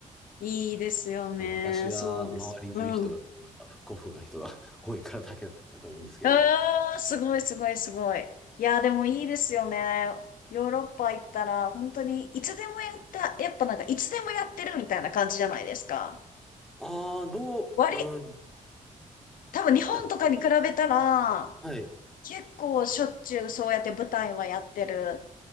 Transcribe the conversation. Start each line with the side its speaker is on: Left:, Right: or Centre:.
Left: いいですよね。
Centre: 私が周りにいる人が、
Left: そうです。うん。
Centre: なんか古風な人が <laughs> 多いからだけだと思うんですけれども。
Left: ああ、すごいすごいすごい。いや、でもいいですよね。ヨーロッパ行ったら、本当にいつでもやった、やっぱなんかいつでもやってるみたいな感じじゃないですか。
Centre: ああー、どう、
Left: 割、
Centre: うん、
Left: 多分日本とかに比べたら、
Centre: だったら、はい。
Left: 結構しょっちゅうそうやって舞台はやってる。